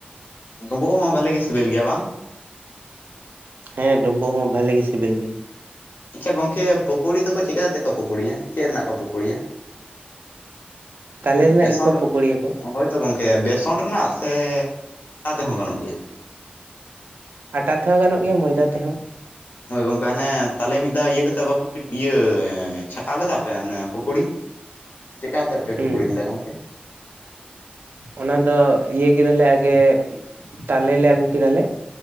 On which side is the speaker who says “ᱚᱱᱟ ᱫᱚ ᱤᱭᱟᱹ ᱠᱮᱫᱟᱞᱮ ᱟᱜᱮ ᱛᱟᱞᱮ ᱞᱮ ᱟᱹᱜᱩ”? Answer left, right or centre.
Right